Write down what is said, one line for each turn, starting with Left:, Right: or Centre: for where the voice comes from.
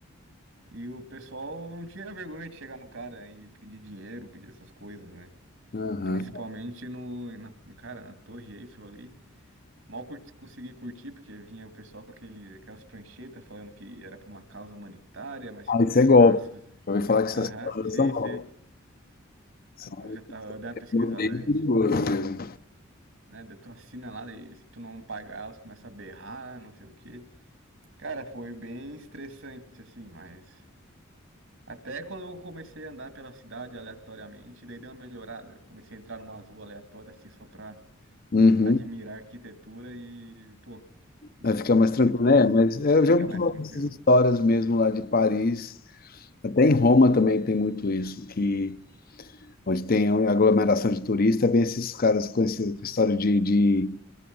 Right: E o pessoal não tinha vergonha de chegar no cara e pedir dinheiro, pedir essas coisas, né?
Left: Aham.
Right: Principalmente no, na, cara, na Torre Eiffel ali. Mal curti, consegui curtir, porque vinha o pessoal com aquele, aquelas pranchetas falando que era pra uma causa humanitária, mas se
Left: Ah,
Right: tu
Left: isso
Right: assinasse.
Left: é golpe. Já ouvi falar que essas
Right: Aham,
Left: coisas
Right: sim,
Left: são golpes.
Right: sim.
Left: São
Right: Eu já tava, eu dei uma pesquisada
Left: bem
Right: antes.
Left: perigosas mesmo.
Right: Né? Daí Tu assina lá, e se tu não pagar, elas começam a berrar, não sei o quê. Cara, foi bem estressante, assim, mas. Até quando eu comecei a andar pela cidade aleatoriamente, daí deu uma melhorada. Comecei a entrar numa rua aleatória, assim, só pra
Left: Uhum.
Right: admirar a arquitetura e, pô,
Left: Aí fica mais tranquilo,
Right: muito massa.
Left: né? Mas é,
Right: Fica
Left: eu já ouvi
Right: mais
Left: falar
Right: tranquilo.
Left: dessas histórias mesmo lá de Paris. Até em Roma também tem muito isso, que onde tem aglomeração de turista, vem esses caras com, esse, com história de, de